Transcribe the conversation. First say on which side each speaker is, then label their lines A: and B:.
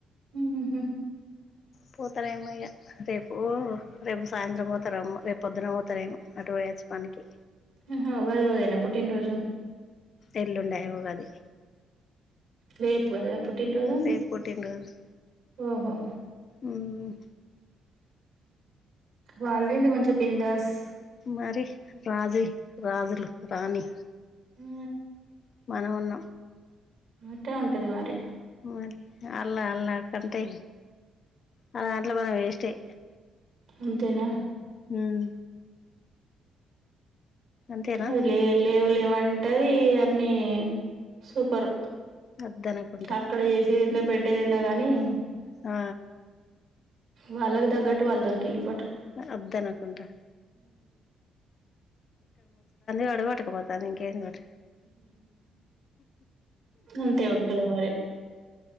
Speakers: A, on the right (about 65°); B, on the left (about 55°).
A: హుహుహు.
B: పోతారేమో ఇయ రేపు రేప్ సాయంత్రం పోతారమో రేప్ పొద్దున పోతారేమో అటు పోయచ్చు పనికి
A: ఆహా ఉగాది రోజేనా పుట్టిన్ రోజు
B: ఎలుండై ఉగాది
A: రెప్ కదా పుట్టినరోజు
B: రేపు పుట్టినరోజు
A: ఆహా
B: మ్మ్
A: వాళ్ళేంది మంచిగా బిందాస్
B: మరి రాజి రాజులు రాని
A: ఆ!
B: మనం ఉన్నాం
A: అట్టే ఉంటది మరి
B: మరి అల్లా అల్లా కంటే అ దాంట్లో మనం వేస్ట్ ఎ
A: అంతేనా
B: మ్ అంతేనా
A: అది లే లేవ్ లేవ్ అంట్ అంటది అన్ని సూపర్
B: వద్దనకుంటా
A: అక్కడ చేసేది ఏంటో పెట్టేది ఏంటో కాగానీ
B: ఆ
A: వల్లాగ్ దగ్గట్టు వాల్ డార్కిన్లు పట్
B: అ అబ్ద్ అనకుంట వాడు పట్టుకుపోతాను ఇంకేంది మరి
A: అంతే ఉంట్ మరి